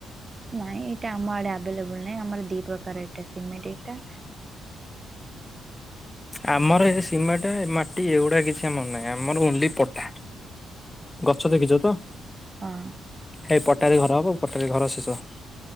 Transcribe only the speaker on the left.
ଆମର ଏ ସିମେଣ୍ଟ ମାଟି ଏଗୁଡା କିଛି ଆମର ନାହିଁ ଆମର ଓନ୍ଲି ପଟା। ଗଛ ଦେଖିଛ ତ।
ହେଇ ପଟାରେ ଘର ହେବ ପଟାରେ ଘର ଶେଷ।